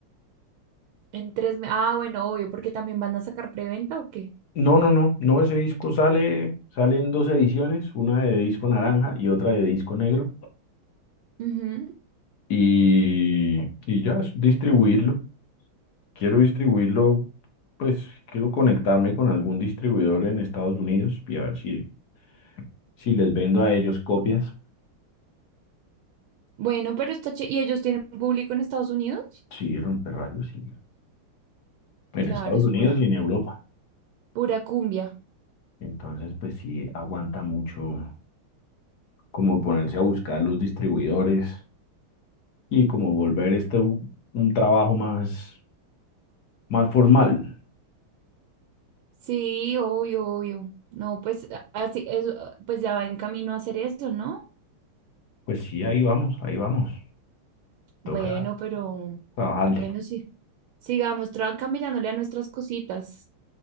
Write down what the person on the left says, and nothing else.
No, no, no, no, ese disco sale, sale en dos ediciones, una de disco naranja y otra de disco negro.
Y, y ya, es distribuirlo. Quiero distribuirlo, pues quiero conectarme con algún distribuidor en Estados Unidos y a ver si, si les vendo a ellos copias.
Sí, rayos, sí. En
Estados
Unidos
y en Europa.
Entonces, pues sí, aguanta mucho como ponerse a buscar los distribuidores. y como volver este un, un trabajo más, más formal.
Pues sí, ahí vamos, ahí vamos. Toca
trabajarle.